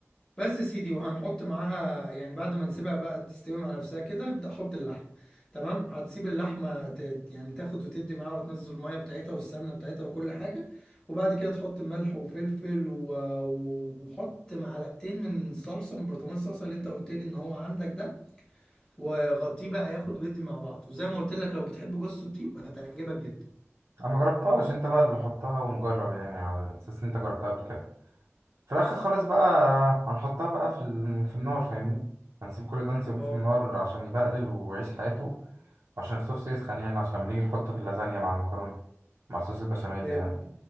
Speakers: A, on the left; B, on the right.
A: بس يا سيدي وهنحط معاها يعني بعد ما نسيبها بقى تستوي مع نفسها كده ابدأ حط اللحم تمام هتسيب اللحمة ت... يعني تاخد وتدي معاها وتنزل المية بتاعتها والسمنة بتاعتها وكل حاجة وبعد كده تحط ملح وفلفل و... و... وحط معلقتين من الصلصة من برطمان الصلصة اللي انت قلت لي ان هو عندك ده وغطيه بقى ياخد ويدي مع بعض وزي ما قلت لك لو بتحب جوز الطيب هتعجبك جدا
B: انا ما جربتهاش انت بقى اللي حطها ونجرب يعني على اساس ان انت جربتها قبل كده في الاخر خالص بقى هنحطها بقى في ال- في النار فاهمني هنسيب كل ده نسيبه
A: اه
B: في النار عشان يبقلل ويعيش حياته عشان الصوص يسخن يعني عشان لما نيجي نحطه في اللازانيا مع المكرونه مع صوص البشاميل
A: فاهم
B: يعني